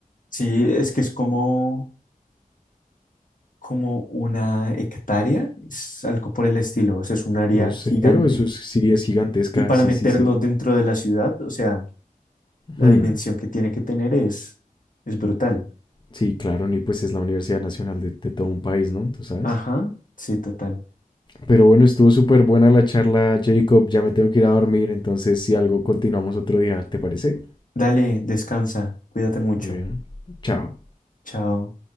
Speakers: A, on the left; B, on the left.
A: sí, es que es como, como una hectárea, es algo por el estilo, o sea, es un área
B: No sé,
A: gigante.
B: pero eso es- sí es gigantesca.
A: Y para
B: Sí,
A: meterlo
B: sí, sí.
A: dentro de la ciudad, o sea, la
B: Ujú.
A: dimensión que tiene que tener es, es brutal.
B: Sí, claro, y pues es la Universidad Nacional de, de todo un país, ¿no? Tú sabes.
A: Ajá, sí, total.
B: Pero bueno, estuvo súper buena la charla, Jacob. Ya me tengo que ir a dormir, entonces si algo continuamos otro día, ¿te parece?
A: Dale, descansa, cuídate mucho.
B: Muy bien. Chao.
A: Chao.